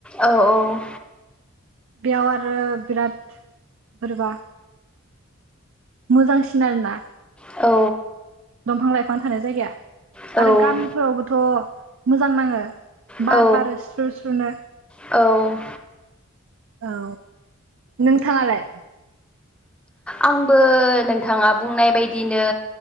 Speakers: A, in the centre; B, on the right.
A: औ औ
B: बेयाव आरो बिराद बोरबा मोजांसिन आरोना
A: औ
B: दंफां लाइफां थानाय जायगाया
A: औ
B: आरो गामिफोरावबोथ' मोजां नाङो
A: औ
B: बार बारो स्रु स्रुनो
A: औ
B: औ नोंथाङालाय
A: आंबो नोंथाङा बुंनाय बायदिनो